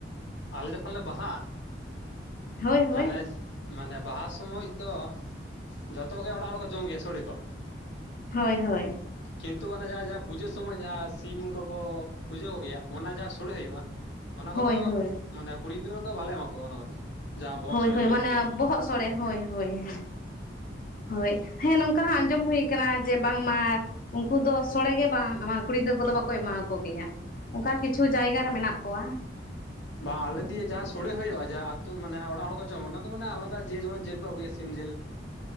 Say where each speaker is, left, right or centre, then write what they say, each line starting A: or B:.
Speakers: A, on the left; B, on the left.
A: ᱟᱞᱮ ᱡᱚᱠᱷᱚᱱ ᱞᱮ ᱵᱟᱦᱟᱜᱼᱟ
B: ᱦᱳᱭ ᱦᱳᱭ
A: ᱢᱟᱱᱮ, ᱢᱟᱱᱮ ᱵᱟᱦᱟ ᱥᱚᱢᱚᱭ ᱫᱚ ᱡᱚᱛᱚ ᱜᱮ ᱚᱲᱟᱜ ᱦᱚᱲᱠᱚ ᱡᱚᱢ ᱜᱮᱭᱟ ᱥᱚᱲᱮ ᱠᱚ᱾
B: ᱦᱳᱭ ᱦᱳᱭ
A: ᱠᱤᱱᱛᱩ ᱚᱱᱟ ᱡᱟᱦᱟᱸ ᱡᱟᱦᱟᱸ ᱯᱩᱡᱟᱹ ᱥᱚᱢᱚᱭ ᱡᱟᱦᱟᱸ ᱥᱤᱢ ᱠᱚᱠᱚ ᱯᱩᱡᱷᱟᱹᱣ ᱜᱮᱭᱟ ᱚᱱᱟ ᱡᱟᱦᱟᱸ ᱥᱩᱲᱮ ᱦᱩᱭᱩᱜᱼᱟ ᱚᱱᱟ
B: ᱦᱳᱭ
A: ᱠᱚᱫᱚ
B: ᱦᱳᱭ ᱦᱳᱭ
A: ᱢᱟᱱᱮ ᱠᱩᱲᱤ ᱜᱤᱫᱽᱨᱟᱹ ᱠᱚᱫᱚ ᱵᱟᱞᱮ ᱮᱢᱟ ᱠᱚᱣᱟ ᱚᱱᱟ ᱠᱚᱫᱚ᱾ ᱡᱟᱦᱟᱸ ᱵᱚᱦᱚᱜ
B: ᱦᱳᱭ
A: ᱥᱳᱲᱮ
B: ᱦᱳᱭ
A: ᱠᱚ ᱦᱩᱭᱩᱜ
B: ᱢᱟᱱᱮ
A: ᱜᱮᱭᱟ
B: ᱵᱚᱦᱚᱜ ᱥᱚᱲᱮ ᱦᱳᱭ ᱦᱳᱭ ᱦᱮᱸ᱾ ᱦᱳᱭ ᱦᱮᱸ ᱱᱚᱝᱠᱟ ᱦᱚᱸ ᱟᱸᱡᱚᱢ ᱦᱩᱭ ᱠᱟᱱᱟ ᱡᱮ ᱵᱟᱝᱢᱟ ᱩᱝᱠᱩ ᱫᱚ ᱥᱚᱲᱮ ᱜᱮ ᱜᱮ ᱵᱟᱝ ᱮᱢᱟ ᱠᱩᱲᱤ ᱜᱤᱫᱽᱨᱟ. ᱠᱚᱫᱚ ᱵᱟᱠᱚ ᱮᱢᱟᱣ ᱠᱚ ᱜᱮᱭᱟ ᱚᱝᱠᱟ ᱠᱤᱪᱷᱩ ᱡᱟᱭᱜᱟ ᱨᱮ ᱢᱮᱱᱟᱜ ᱠᱚᱣᱟ᱾
A: ᱵᱟ ᱟᱞᱮ ᱫᱤᱭᱮ ᱡᱟᱥ ᱥᱳᱲᱮ ᱦᱩᱭᱩᱜᱼᱟ, ᱡᱟᱦᱟᱸ ᱟᱹᱛᱳ ᱢᱟᱱᱮ ᱚᱲᱟᱜ ᱦᱚᱲ ᱠᱚ ᱡᱚᱢᱟ ᱚᱱᱟ ᱫᱚ ᱢᱟᱱᱮ ᱟᱞᱟᱫᱟ ᱡᱮ ᱡᱮᱢᱚᱱ ᱡᱤᱞ ᱠᱚ ᱟᱹᱜᱩᱭᱟ ᱥᱤᱢ ᱡᱤᱞ᱾